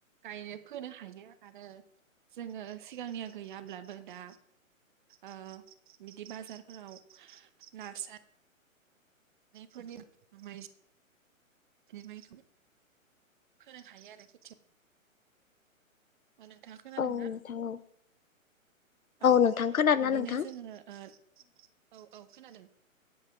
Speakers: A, on the right; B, on the left.
A: गायनो फोनो हायो आरो जोङो सिगांनिया गैयाब्लाबो दा ओ बिदि बाजारफोराव <unintelligible> फोरनि <unintelligible> बिखौहाय फोनो हायो आरो खोथिया नोंथाङा खोनादों
B: औ
A: ना?
B: नोंथां औ
A: औ
B: नोंथां खोनादोंना
A: बिदिनो
B: नोंथां
A: जोङो ओ औ औ खोनादों